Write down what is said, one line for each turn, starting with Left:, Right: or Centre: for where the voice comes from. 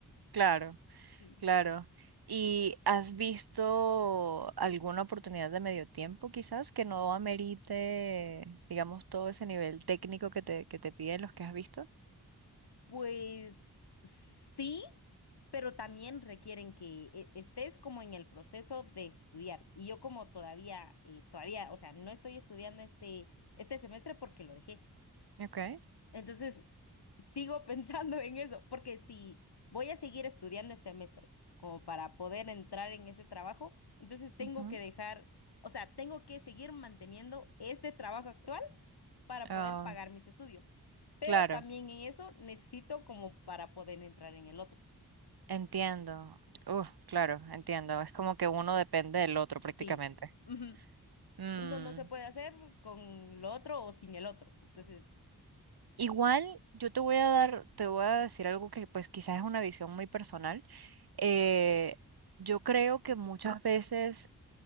Right: Claro,
Left: Sí.
Right: claro. ¿Y has visto alguna oportunidad de medio tiempo quizás que no amerite, digamos, todo ese nivel técnico que te, que te piden los que has visto?
Left: Pues sí, pero también requieren que eh, estés como en el proceso de estudiar. Y yo como todavía, eh, todavía, o sea, no estoy estudiando este, este semestre porque lo dejé.
Right: Okay.
Left: Entonces, sigo <laughs> pensando en eso, porque si voy a seguir estudiando el semestre como para poder entrar en ese trabajo, entonces tengo
Right: ujú.
Left: que dejar, o sea, tengo que seguir manteniendo este trabajo actual para
Right: Ah,
Left: poder pagar mis estudios. Pero
Right: claro.
Left: también en eso necesito como para poder entrar en el otro.
Right: Entiendo. Uf, claro, entiendo. Es como que uno depende del otro prácticamente.
Left: Sí, ujú.
Right: Mm,
Left: Uno no se puede hacer con lo otro o sin el otro. Entonces,
Right: Igual yo te voy a dar, te voy a decir algo que pues quizás es una visión muy personal. Eh, yo creo que muchas veces